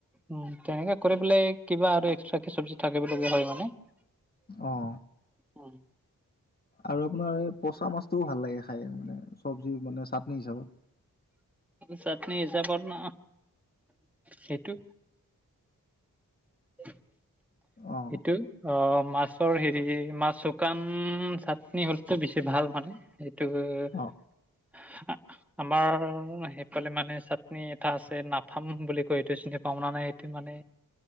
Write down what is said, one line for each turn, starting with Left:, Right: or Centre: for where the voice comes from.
Centre: উম, তেনেকাে কৰি পেলাই কিবা আৰু এক্সট্ৰা চব্জি থাকিবলগীয়া হয় মানে।
Left: অ'।
Centre: উম
Left: আৰু আপোনাৰ এই পচা মাছটোও ভাল লাগে খাই মানে চব্জি মানে চাটনি হিচাপত।
Centre: চাটনি হিচাপত ন? সেইটো সেইটো
Left: অ
Centre: অ', মাছৰ হেৰি মাছ শুকান চাটনি হ'লেতো বেছি ভাল মানে। <unintelligible>
Left: অ
Centre: আমাৰ সেইফালে মানে চাটনি এটা আছে নাফাম বুলি কয় এইটো চিনি পাওনা নাই সেইটো মানে